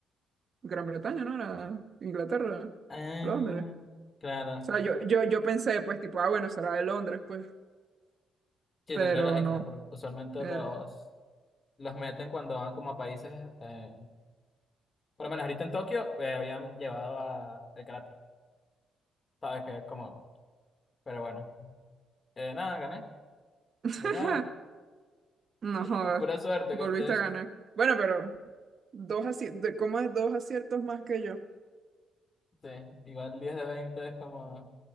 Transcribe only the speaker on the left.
Ah,
claro.
Sí,
tendría lógica,
porque usualmente
los, los meten cuando van como a países... eh, por lo menos ahorita en Tokio eh, habían llevado a el karate. Sabes que es como... Pero bueno. Eh, nada, gané.
De nuevo.
<laughs>
Pura suerte.
co- De,
sí, igual diez de 20 es como un